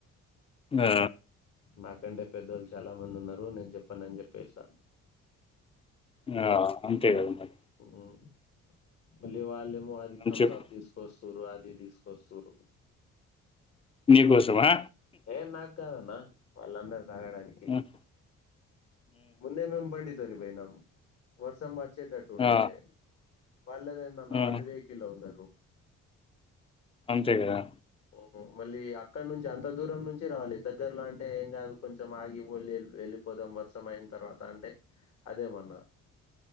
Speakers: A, on the left (about 20°); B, on the left (about 60°).
A: ఆ!
B: నాకంటే పెద్దోళ్ళు చాలా మంది ఉన్నారు నేన్ చే చెప్పనని చెప్పేసినా
A: ఆ అంతేగదా మరి
B: మ్ మళ్ళీ వాళ్ళెమో అది
A: మనం
B: తమ్
A: చెప్
B: సప్ తీసుకోస్ తురు అది తీసుకొస్సురు
A: నీకోసమా?
B: ఏ నాక్కదన్నా వాళ్ళందర్ తాగడానికి
A: హ్మ్
B: ముందే మేమ్ బండిత్ తోని పోయినం వర్షం వచ్చేటట్టు ఉండే
A: ఆ! ఆ!
B: వాళ్ళదేందన్నా
A: హ్మ్.
B: వాళ్ళు వెహికిల్లో ఉన్నారు.
A: అంతే గదా
B: ఓ మళ్ళీ అక్కడ నుంచి అంత దూరం నుంచి రావాలి దగ్గరలో అంటే ఏం కాదు కొంచెం ఆగిబొల్లి వెల్లి పోదాం వర్షం అయిన తర్వాత అంటే అదేమన్నా